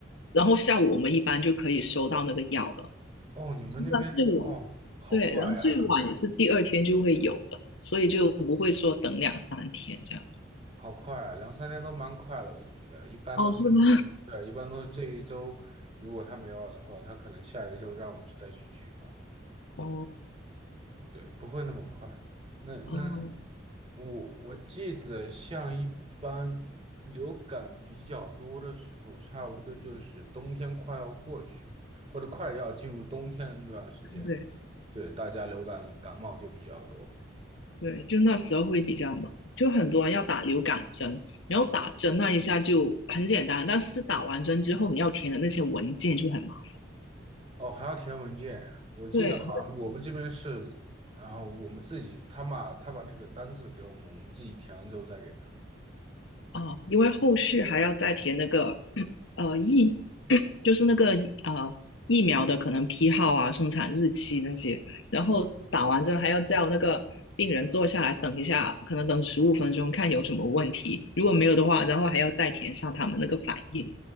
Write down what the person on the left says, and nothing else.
然后下午我们一般就可以收到那个药了。
那最晚
对，然后最晚也是第二天就会有的，所以就不会说等两三天这样子。
哦，是吗？
<laughs> 哦，
哦，
对。
对，就那时候会比较忙，就很多人要打流感针，然后打针那一下就很简单，但是打完针之后你要填的那些文件就很忙。
对
啊，因为后续还要再填那个 <clears throat> 呃疫，<clears throat> 就是那个呃疫苗的可能批号啊、生产日期那些，然后打完针还要叫那个病人坐下来等一下，可能等十五分钟看有什么问题，如果没有的话，然后还要再填上他们那个反应。